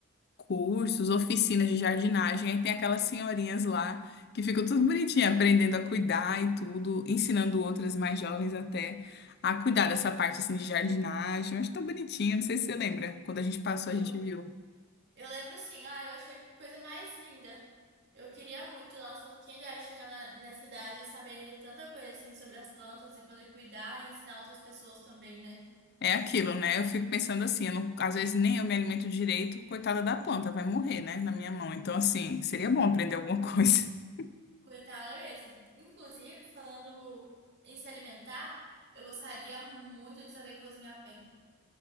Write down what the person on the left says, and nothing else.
cursos, oficinas de jardinagem. Aí tem aquelas senhorinhas lá que ficam tudo bonitinha, aprendendo a cuidar e tudo, ensinando outras mais jovens até a cuidar dessa parte assim de jardinagem. Eu acho tão bonitinho, não sei se você lembra. Quando a gente passou,
a gente viu.
É aquilo, né? Eu fico pensando assim, eu não- às vezes nem eu me alimento direito, coitada da planta, vai morrer, né, na minha mão. Então, assim, seria bom aprender alguma coisa. <laughs>